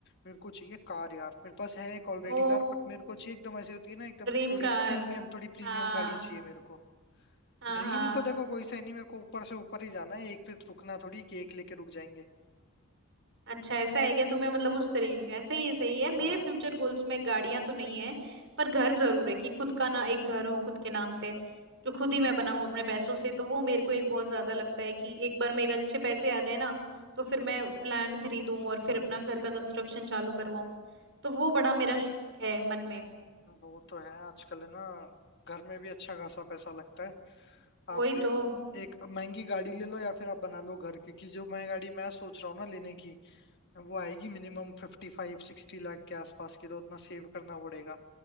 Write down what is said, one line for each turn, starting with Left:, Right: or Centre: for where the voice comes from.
Left: मेरे को चाहिए कार यार मेरे पास है एक ऑलरेडी
Right: ओ
Left: कार बट मेरे को चाहिए एकदम ऐसी होती है ना एकदम
Right: ड्रीम
Left: थोड़ी
Right: कार
Left: प्रीमियम थोड़ी प्रीमियम
Right: हाँ
Left: गाड़ी चाहिए मेरे को
Right: हाँ
Left: ड्रीम
Right: हाँ
Left: तो देखो कोई सा ही नहीं मेरे को ऊपर से ऊपर ही जाना है एक पे रुकना थोड़ी केक लेके रुक जाएंगे
Right: अच्छा ऐसा है क्या तुम्हें मतलब उस तरीके का ऐसा ही है सही है यार मेरे
Left: हाँ
Right: फ्यूचर गोल्स में गाड़ियां तो नहीं है पर घर जरूर है कि खुद का ना एक घर हो खुद के नाम पे जो खुद ही मैं बनाऊं अपने पैसों से तो वो मेरे को एक बहुत ज्यादा लगता है कि एक बार मेरे अच्छे पैसे आ जाए ना तो फिर मैं लैंड खरीदूं और फिर अपना घर का कंस्ट्रक्शन चालू करवाऊं तो वो बड़ा मेरा श- है मन में
Left: वो तो है आजकल है ना घर में भी अच्छा खासा पैसा लगता है आप
Right: वही
Left: ए-
Right: तो
Left: एक महंगी गाड़ी ले लो या फिर आप बना लो घर क्योंकि जो मैं गाड़ी मैं सोच रहा हूँ ना लेने की वो आएगी minimum fifty five sixty lakh के आसपास की तो उतना सेव करना पड़ेगा